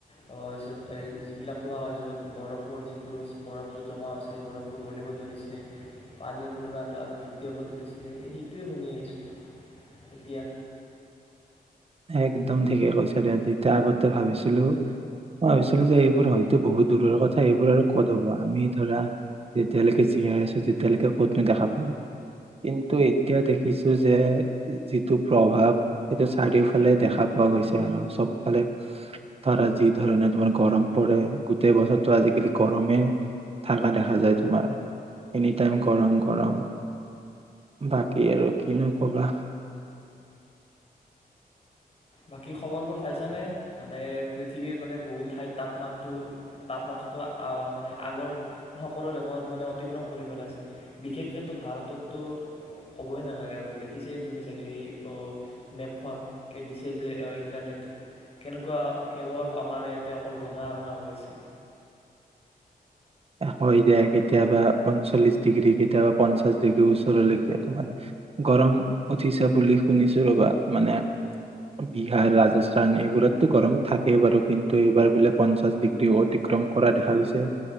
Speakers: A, on the left; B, on the right.
A: তাৰপিছত এই যিবিলাক কোৱা হয় য'ত বৰফৰ যিটো বৰফ য'ত জমা হৈছে সেই বৰফবোৰ গলিব ধৰিছে পানীৰ পৰিমাণ আৰু যেতিয়া সেইটোৱে শুনি আহিছোঁ এতিয়া
B: একদম ঠিকে কৈছ দে তেতিয়া আগতে ভাবিছিলো মই ভাবিছিলো যে এইবোৰ হয়তো বহুত দূৰৰ কথা এইবোৰ আৰু ক'ত হব আমি ধৰা যেতিয়ালৈকে জীয়াই আছো তেতিয়ালৈকে কত নোদেখা পাম কিন্তু এতিয়া দেখিছো যে যিটো প্ৰভাৱ সেইটো চাৰিওফা ফালে দেখা পোৱা গৈছে আৰু চবফালে ধৰা যি ধৰণে তোমাৰ গৰম পৰে গোটেই বছৰতো আজিকালি গৰমে থাকা দেখা যায় তোমাৰ এনি টাইম গৰম গৰম বাকী আৰু কিনো কবা
A: বাকী খবৰবোৰ চাইছানে মানে পৃথিৱীৰ মানে বহুত ঠাইত তাপমানটো তাপমাত্ৰাটো মানে আগৰ সকলো ৰেকৰ্ড মানে অতিক্ৰম কৰি পেলাইছে বিশেষকে ভাৰততো ক'বই নালাগে আৰু দেখিছে তুমি চাগে সেই মেপখনক দি যে ইন্টাৰনেটত কেনেকুৱা কেৱল আমাৰ ইয়াতে অকল ৰঙা ৰঙা হৈ আছে
B: হয় দে কেতিয়াবা পঞ্চল্লিশ ডিগ্ৰী কেতিয়াবা পঞ্চাশ ডিগ্ৰী ওচৰলৈকে তোমাৰ গৰম উঠিছে বুলি শুনিছো ৰ'বা মানে বিহাৰ ৰাজস্থান এইবোৰতটো গৰম থাকেই বাৰু কিন্তু এইবাৰ বোলে পঞ্চাশ ডিগ্ৰী অতিক্ৰম কৰা দেখা গৈছে